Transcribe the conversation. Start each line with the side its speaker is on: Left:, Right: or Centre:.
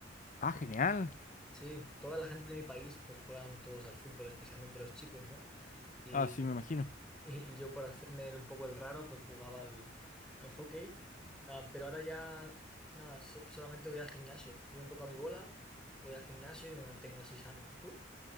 Left: Ah, genial.
Centre: Sí, toda la gente de mi país pues juegan todos al fútbol, especialmente los chicos, ¿no? Y,
Left: Ah, sí, me imagino.
Centre: <laughs> y- y yo por hacerme el- un poco el raro pues jugaba al, al hockey, Ah, pero ahora ya nada, so- solamente voy al gimnasio, voy un poco a mi bola, voy al gimnasio y me mantengo así sano. ¿Tú?